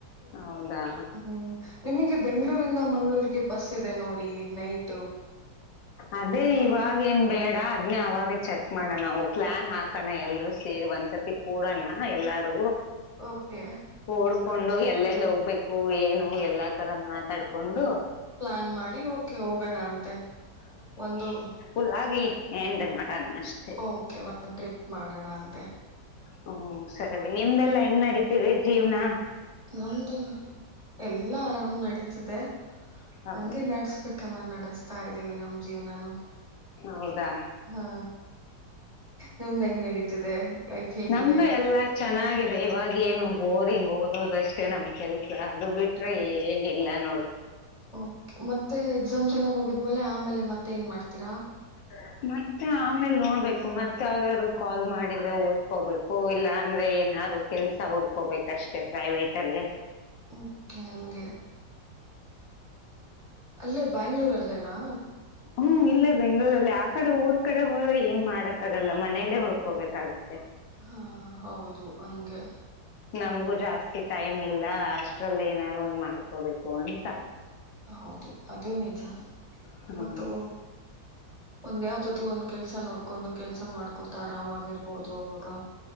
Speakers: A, on the left (about 85°); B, on the right (about 15°).
A: ಹೌದಾ
B: ಹ್ಮ್ ನಿಮಗೆ ಬೆಂ್ಗಳೂರಿಂದ ಮಂಗ್ಗಳೂರಿಗೆ ಬಸ್ ಇದೆ ನೋಡಿ ನೈಟ್
A: ಅದೇ ಇವಾಗೇಏನ್ ಬೇಡ ಅದ್ನೇ ಅವಾಗ ಚೆಕ್ ಮಾಡಣ ನಾವು ಪ್ಲಾನ್ ಹಾಕ್ ಅ ಕಣ ಎಲ್ರುೂ ಸೇರಿ ಒಂದ್ಸತಿ ಕೂಡಣ ಎಲ್ಲಾರು
B: ಓಕೆ
A: ಓಡ್ಕೊಂಡು ಎಲ್ಲೆಲ್ಲಿ ಹೋಗ್ಬೇಕು ಏನು ಎಲ್ಲಾ ತರ ಮಾತಾಡ್ಕೊಂಡು
B: ಪ್ಲಾನ್ ಮಾಡಿ ಓಕೆ ಹೋಗೋಣ ಅಂತೆ ಒಂದು
A: ುಲ್ಗಿ ಏನ್ ಮಾಡೋಣ ಅಷ್ಟ
B: ಓಕೆ ಒಂದು ಟ್ರಿಪ್ ಮಾಡೋಣ ಅಂತೆ
A: ಹ್ಮ ಸರಿ ನಿಮ್ದೆಲ್ಲಾ ಹೆಂಗ್ ನಡತಿದೆ ಜೀವ್ನ
B: ನಮ್ದಲ್ಲ ಎಲ್ಲಾ ಆರಾಮ್ ನಡೀತಿದೆ
A: ಹೌದಾ
B: ಹಂಗಗೆ ನಡ್ಸ್ ಬೆಲ್ಲ ನಡೆಸ್ತಾ ಇದ್ದೇವಿ ನಮ್ ಜೀವನನು
A: ಹೌದಾ
B: ಹಾ ನಿಮ್ದ ಹೆಂಗ ನಡೀತಿದೆ ಲೈಫ್ ಹೇಗಿದೆ
A: ನಮ್ದು ಎಲ್ಲಾ ಚೆನ್ನಾಗಿದೆ ಇವಾಗ ಏನು ಬೋರಿಂಗ್ ಓದೋದಷ್ಟೇ ನಮ್ ಕೆಲ್ಸ ಅದು ಬಿಟ್ರೆ ಏನ ಇಿಲ್ಲ ನೋಡು
B: ಓ ಮತ್ತೆ ಎಕ್ಸಾಮ್ಸ್ ಎಲ್ಲ ಮುಗಿದ್ಮೇಲೆ ಆಮೇಲೆ ಮತ್ತೆ ಏನ್ ಮಾಡ್ತೀರಾ
A: ಹ ಮತ್ತೆ ಆಮೇಲ್ ನೋಡ್ಬೇಕು ಮತ್ತೆ ಯಾವ್ದಾದ್ರು ಕಾಲ್ ಮಾಡಿದ್ರೆ ಓದ್ಕೋಬೇಕು ಇಲ್ಲ ಅಂದ್ರೆ ಏನಾರು ಕೆಲಸ ಹುಡಕೋಬೇಕು ಅಷ್ಟೇ ಪ್ರೈವೆಟ್ ಅಲ್ಲಿ
B: ಓಕೆ ಹಂಗೆ ಅಲ್ಲೇ ಬೆಂಗಳೂರು ಅಲ್ಲೇನಾ.
A: ಹ್ಮ್ ಇಲ್ಲೇ ಬೆಂಗಳೂರಲ್ಲಿ ಆ ಕಡೆ ಊರ ಕಡೆ ಹೋದ್ರೆ ಏನ ಮಾಡಕ್ಕಾಗಲ್ಲ ಮನೆಯಲ್ಲೇ ಉಳ್ಕೋಬೇಕಾಗತ್ತೆ.
B: ಹಾ ಹೌದು ಹಂಗೆ
A: ನಮ್ಗು ಜಾಸ್ತಿ ಟೈಮ್ ಇಲ್ಲ ಅಷ್ಟ್ರಲ್ಲಿ ಏನಾದರೂ ಒಂದ ಮಾಡ್ಕೋಬೇಕು ಅಂತ.
B: ಹೌದು ಅದು ನಿಜ
A: ಹಾ
B: ಮತ್ತು ಒಂದ ಯಾವ್ದಾದರೂ ಒಂದ. ಕೆಲಸ ನೋಡಕೊಂಡು ಕೆಲಸ ಮಾಡ್ಕೋತಾ ಆರಾಮಾಗಿರ್ಬೋದು ಅವವಾಗ